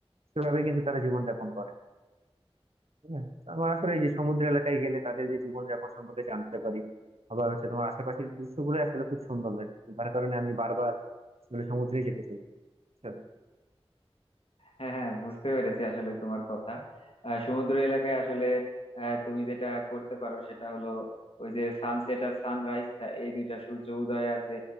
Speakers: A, on the right; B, on the left.
A: সেভাবে কিন্তু তারা জীবনযাপন করে ঠিক আছে? তো আমার আসলে এই যে সমুদ্র এলাকায় গেলে তাদের যে জীবনযাপন সম্পর্কে জানতে পারি আবার হচ্ছে তোমার আশেপাশের দৃশ্যগুলো আসলে খুব সুন্দর লাগে তার কারণে আমি বারবার আসলে সমুদ্রে যেতে চাই বুঝছো?
B: হ্যাঁ হ্যাঁ বুঝতে পেরেছি আসলে তোমার কথা আহ, সমুদ্র এলাকায় আসলে আহ, তুমি যেটা করতে পারো সেটা হলো ওই যে সানসেট আর সানরাইজ এই দুইটা সূর্য উদয় আর যে